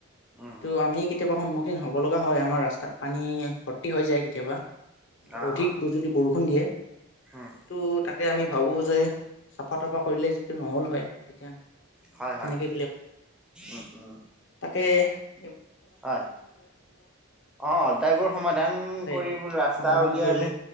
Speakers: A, in the centre; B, on the left.
A: উম
B: সেইটো টো আমি কেতিয়াবা সন্মু খিন হ'ব লগিয়া হয়, আমাৰ ৰাস্তাত পানী ভৰ্তি হৈ যায় কেতিয়াবা।
A: অঁ
B: অধিক
A: অঁ
B: যদি বৰষুণ দিয়ে।
A: উম
B: এই তাক তাকে আমি ভাবোঁ যে চাফা তাফা কৰিলে যিটো নহ'ল হয় তেতিয়া
A: হয়
B: সেনেকে
A: হয় উ উম
B: পে
A: হয় অদায়বোৰ সমাধান
B: তাকে
A: কৰি ৰাস্তা
B: সমাধান
A: উলিয়াই
B: কৰিলে
A: আমি